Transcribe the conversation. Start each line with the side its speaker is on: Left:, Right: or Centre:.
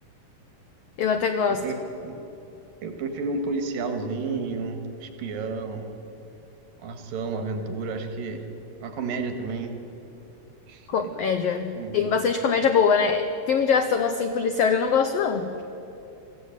Left: Eu até gosto.
Right: eu pref- eu prefiro um policialzinho, um espião, uma ação, uma aventura. Acho que uma comédia também. Acho
Left: Comédia.
Right: que. combina.
Left: Tem bastante comédia boa, né? Filme de ação, assim, policial, eu já não gosto, não.